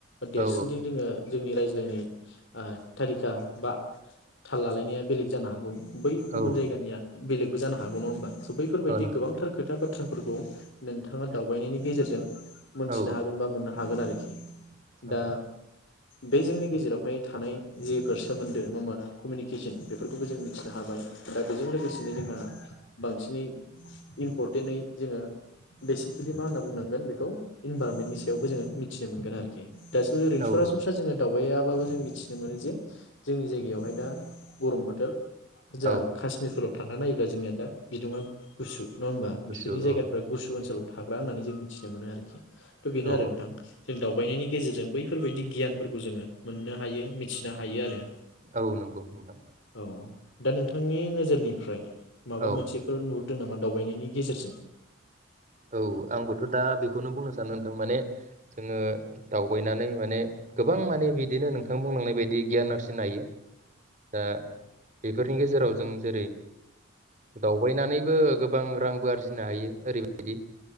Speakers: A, on the left; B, on the right.
A: देरसिनजों
B: औ
A: जोङो जोंनि रायज्लायनाय ओ थारिखा बा थाल लालायनाया बेलेग जानो हागौ। बै गुबुन
B: औ
A: जायगानिया बेलेगबो जानो हागौ नङा होमबा? बैफोरबायदि
B: औ नंगौ
A: गोबांथार खोथा बा बाथ्राफोर खौ नोंथाङा दावबायनायनि गेजेरजों मोनथिनो
B: औ
A: हागोन बा मोनना हागोन आरोखि।
B: औ
A: दा बे जोंनि गेजेरावहाय थानाय जेफोर सोमोन्दो नुनो मोनो कमिउनिकेसन बेफोरखौबो जों मिथिनो हाबाय दा बेजों लोगोसेनो जोंहा बांसिनै इम्परटेनै जोंङो बेसिकेलि मा होनना बुंनांगोन बेखौ इनभारनमेन्टनि सायावबो जोंङो मिथिनो मोनगोन आरोखि। दासो ओरैनो
B: औ
A: सरासनस्रा
B: औ
A: जोंङो दावबाया बाबो जों मिथिनो मोनो जे जोंनि जायगायावहाय दा गरम बोथोर। ओजों
B: औ
A: काशमिरफोराव थांना नायोब्ला जोंनिया दा बिदुंङा गुसु नंङा होमबा?
B: गुसु
A: बिनि जायगाफ्रा
B: औ
A: गुसु ओनसोल। थाग्रा होननानै जों मिथिनो मोनो आरोखि। थ बेनो
B: औ
A: आरो नोंथां जों दाउ दावबायनायनि गेजेरजों बैफोरबायदि गियानफोरखौ जोंङो मोननो हायो मिथिनो हायो आरो।
B: औ नंगौ नोंथां।
A: औ दा नोंथांनि नोजोरनिफ्राय माबा
B: औ
A: मोनसेफोर नु दों नामा दावबायनायनि गेजेरजों?
B: औ आंबोथ दा बेखौनो बुंनो सानो नोंथां माने जोंङो दावबायनानै माने गोबां माने बिदिनो नों थां बुंलांनाय बायदि गियान आरजिनो हायो दा बे बेफोरनि गेजेराव जों जेरै दावबायनानैबो गोबां रांबो आरजिनो हायो ओरै बि